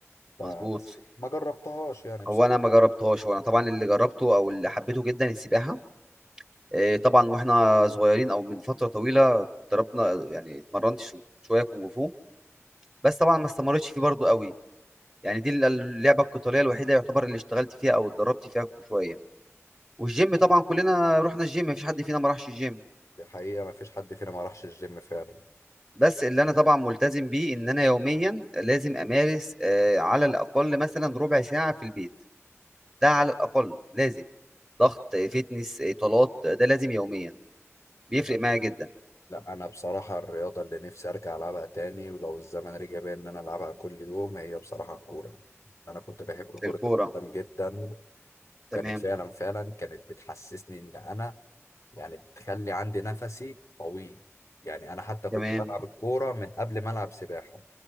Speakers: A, on the left; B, on the right.
A: فبس
B: مظبوط
A: ما جربتهاش يعني بصراحه
B: هو أنا ما جربتهاش وأنا طبعا اللي جربته أو اللي حبيته جدا السباحة إيه، طبعا واحنا صغيرين او من فتره طويله ضربنا يعني اتمرنت شو- شويه كونغ فو بس طبعا ما استمرتش فيه برضو قوي يعني دي اللعبه القتاليه الوحيده يعتبر اللي اشتغلت فيها او اتدربت فيها شويه والجيم طبعا كلنا رحنا الجيم مفيش حد فينا ما راحش الجيم
A: دي حقيقة ما فيش حد فينا ما راحش الجيم فعلا
B: بس اللي انا طبعا ملتزم بيه ان انا يوميا لازم امارس آه، على الاقل مثلا ربع ساعه في البيت ده على الاقل لازم ضغط آه، فتنس اطالات ده لازم يوميا بيفرق
A: لا
B: معايا جدا
A: لا أنا بصراحة الرياضة اللي نفسي أرجع ألعبها تاني ولو الزمن رجع بيا إن أنا ألعبها كل يوم هي بصراحة الكورة أنا كنت بحب كرة
B: الكوره
A: القدم جدا
B: تمام
A: وكانت فعلا فعلا كانت بتحسسني إن أنا يعني بتخلي عندي نفسي طويل يعني انا حتى كنت
B: تمام
A: بلعب الكوره من قبل ما العب سباحه